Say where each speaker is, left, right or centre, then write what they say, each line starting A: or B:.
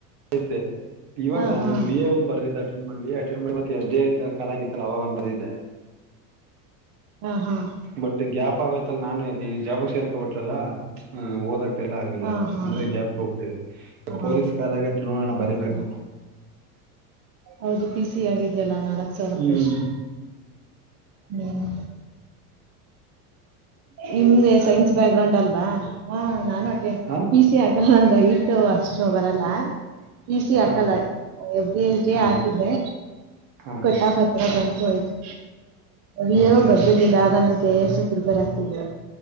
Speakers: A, on the right; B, on the right.
A: ದ್ದೆ, ಇವಾಗ
B: ಹಾ ಹಾ
A: ಒಂದ್ ವಿ ಎ ಒಂದ್ ಬರ್ದಿದ್ ಅಟೆಂಡ್ ಮಾಡ್ ಅಟೆಂಡ್ ಮಾಡಿ ಮ ಎಸ್ ಡಿ ಎ ಕಾಲ್ ಆಗಿತ್ತಲ್ಲ ಅವಾಗ ಒಂದ ಬರ್ದಿದ್ದೆ.
B: ಹಾ ಹಾ
A: ಬಟ್ ಗ್ಯಾಪ್ ಆಗೋಯ್ತಲ್ಲ ನಾನು ಜಾಬ್ಗ ಸೇರ್ಕಬಟ್ಲಲ್ಲಾ ಓದಕ್ ಎಲ್ಲ ಆಗ್ಲಿಲ್ಲ
B: ಹಾ ಹಾ
A: ಅಂದ್ರೆ ಗ್ಯಾಪ್ ಹೋಗಬಿಟ್ಟಿದೆ ಈ
B: ಹಾ
A: ಪೊಲೀಸ್ ಕಾಲಾಗೖತ್ ನೋಡೋಣ ಬರಿಬೇಕು.
B: ಸರಿ ಹೌದು ಪಿ ಸಿ ಆಗಿದ್ಯಲ್ಲಾ ನಾಲ್ಕ್ ಸಾವಿರ
A: ಹ್ಮ್
B: ಫ್ರೆಶ್ ಹ್ಮ್. ನಿಮ್ದೆ ಸೈನ್ಸ್ ಬ್ಯಾಕ್ ಗ್ರೌಂಡ್ ಅಲ್ವಾ ಹ ನಾನು ಅಟೆಂಡ್
A: ಹ
B: ತ್ತೆ ಹಾಗಲ್ಲ ಅಂತ ದಯವಿಟ್ಟು ಅಷ್ಟು ಬರಲ್ಲ ಪಿ ಸಿ ಹಾಕಲ್ಲ.
A: ಹ
B: ಎಫ್ ಜಿ ಐ ಜಿ
A: ಹ
B: ಹಾಕಿದ್ದೆ
A: ಹ
B: ಕಟ್ಟಾ ಪತ್ರ ಬಂತು ಹಯ್ತು. ವಿ
A: ಹೌದಾ
B: ಇ ಓ ಬರ್ದಿರ್ಲಿಲ್ಲ ಆಗ ನಮಗೆ ಕೆ ಎಸ್ಗ್ ಪ್ರಿಪೇರ್ ಆಗ್ತಿದೆ.